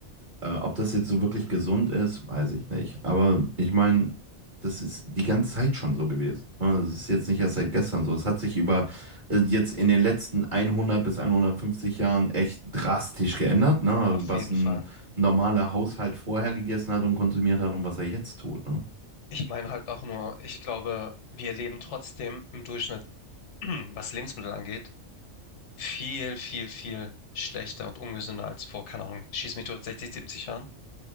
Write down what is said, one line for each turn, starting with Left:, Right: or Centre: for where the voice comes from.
Right: äh, ob das jetzt so wirklich gesund ist, weiß ich nicht. Aber ich meine, das ist die ganze Zeit schon so gewesen. Ne? Das ist jetzt nicht erst seit gestern so. Es hat sich über äh, jetzt in den letzten 100 bis 150 Jahren echt drastisch geändert, ne?
Left: auf
Right: Was
Left: jeden
Right: ein
Left: Fall.
Right: normaler Haushalt vorher gegessen hat und konsumiert hat und was er jetzt tut, ne?
Left: Ich meine halt auch nur, ich glaube, wir leben trotzdem im Durchschnitt, <clears throat> was Lebensmittel angeht, viel, viel, viel schlechter und ungesünder als vor, keine Ahnung, schieß mich durch sechzig siebzig Jahren.